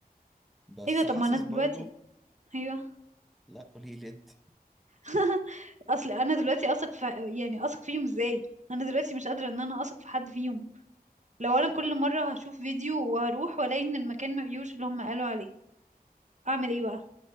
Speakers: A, in the centre; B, on the right.
A: بس
B: ايوه طب
A: حاسس
B: ما انا دلوقتي
A: برضه
B: ايوه
A: لا قولي لي انت
B: <laughs> اصل انا دلوقتي اثق في يعني اثق فيهم ازاي انا دلوقتي مش قادرة ان انا اثق في حد فيهم لو انا كل مرة هشوف فيديو وهروح والاقي ان المكان ما فيهوش اللي هم قالوا عليه اعمل ايه بقى